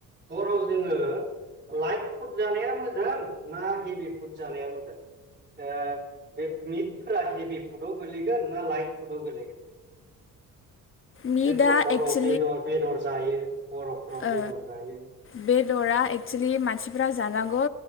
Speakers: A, on the right; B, on the left.
A: हराव जोंङो लाइट फुड जानाया मोजां ना हेभि फुड जानाया मोजां ओ बे मिटफोरा हेभि फुडआव गोलैगोन ना लाइट फुडआव गोलैगोन?
B: मिदा
A: जोंथ' हराव
B: एक्स
A: बेदर बेदर जायो हर'फ्राव
B: ओ
A: बेदर जायो
B: बेदरा एक्सुलि मानसिफ्रा जा जानांगौ